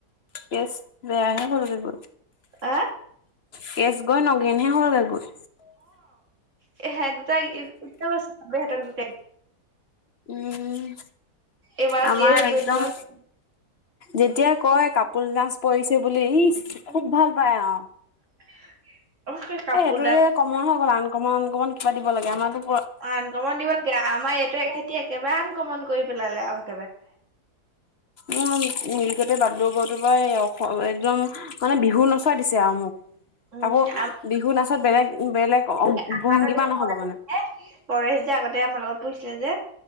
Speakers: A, on the left; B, on the right.
A: কেছ বেয়া হে হলগে গৈ
B: আহ
A: কেচগৈ নগেনহে হলগে গৈ
B: সেত দুটা স্কুতিতে গৈছে চবে সেতক জুকাই
A: উম
B: এইবাৰ
A: আমাৰ
B: জি এছ
A: একদম
B: যোনটো আছে
A: যেতিয়া কয় কাপোল দানচ পৰিছে বুলি ইচ খুব
B: উম
A: ভাল পায় আৱ
B: <unintelligible> কাপোৰ
A: এ সেইটোৰে
B: দাল
A: কমন হৈ গল আন কমন আন কমন কিবা দিব লাগে আমাৰতো
B: আনকমন দিব লাগে, আমাৰ এইটো এক খেতি একেবাৰে আন কমন কৰি পেলালে আৱ।
A: উম নিলকটে বাট লগত পৰা একদম মানে বিহু নচোৱাই দিছে আৰু মোক।
B: উম
A: আকৌ
B: আমাৰ
A: বিহু নাচত বেলেগ বেলেগ উপভংগী
B: আমাৰ তাত
A: মা
B: এই
A: নহব
B: পৰেশ
A: মানে
B: যে পৰেশ যে আগতে আমাৰ লগত পঢ়িছিলে যে